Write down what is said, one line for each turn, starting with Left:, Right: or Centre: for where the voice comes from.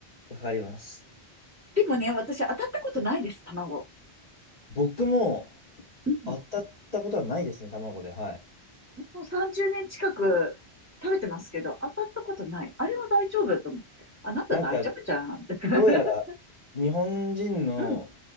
Left: わかります。
Right: でもね、私当たったことないです、卵。
Left: 僕も
Right: うん。
Left: 当たったことはないですね、卵で。はい。
Right: もう30年近く食べてますけど、当たったことない。あれは大丈夫と思う。あなた大丈夫じゃん。
Left: なんか、
Right: <laughs>
Left: どうやら日本人の、
Right: うん。